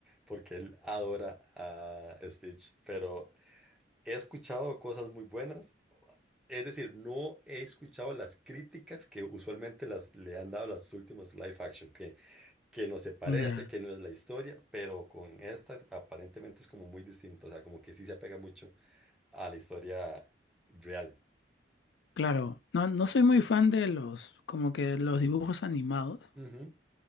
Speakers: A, in the centre; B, on the left.
A: porque él adora a Stitch, pero... He escuchado cosas muy buenas es decir, no he escuchado las críticas que usualmente las, le han dado las últimas live action, que, que no se parece,
B: ya.
A: que no es la historia, pero con esta aparentemente es como muy distinta, o sea, como que sí se apega mucho a la historia real.
B: Claro, no, no soy muy fan de los, como que los dibujos animados.
A: Ujú,